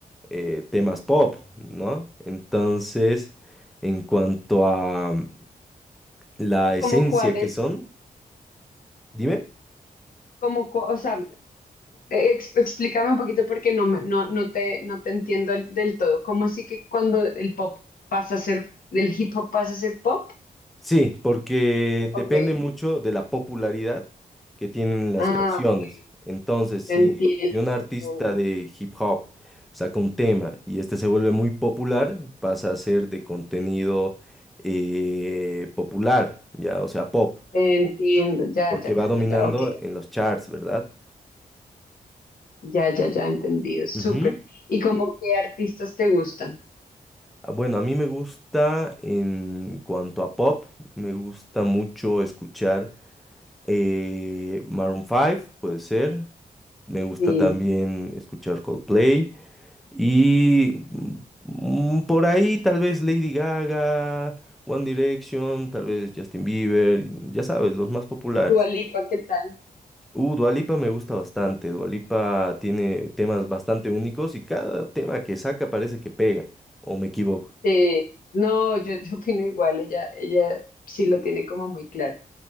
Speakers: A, in the centre; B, on the left.
A: eh, temas pop, ¿no? Entonces, en cuanto a mm, la esencia
B: ¿Cómo cuáles?
A: que son, dime.
B: como, cu- o sea, ex- explícame un poquito porque no, me- no, no te, no te entiendo del, del todo. ¿Cómo así que cuando el pop pasa a ser, del hip hop pasa a ser pop?
A: Sí, porque
B: Ok.
A: depende mucho de la popularidad que tienen las
B: Ah,
A: canciones.
B: ok.
A: Entonces,
B: Te
A: si,
B: entiendo,
A: si un artista
B: te entiendo.
A: de hip hop saca un tema y este se vuelve muy popular, pasa a ser de contenido eh, popular, ya, o sea, pop,
B: Te entiendo. Ya,
A: porque
B: ya,
A: va
B: ya,
A: dominando
B: ya, ya. Ok, ok.
A: en los charts, ¿verdad?
B: Ya, ya, ya, entendido. Súper.
A: Ujú.
B: ¿Y cómo qué artistas te gustan?
A: Ah, Bueno, a mí me gusta, en cuanto a pop, me gusta mucho escuchar eh, Maroon 5, puede ser. Me gusta
B: Sí.
A: también escuchar Coldplay y mm, mm, por ahí tal vez Lady Gaga, One Direction, tal vez Justin Bieber, ya sabes, los más populares.
B: Dua Lipa, ¿qué tal?
A: Uh, Dua Lipa me gusta bastante. Dua Lipa tiene temas bastante únicos y cada tema que saca parece que pega, o me equivoco.
B: Sí. No, yo, yo opino igual. Ella, ella sí lo tiene como muy claro.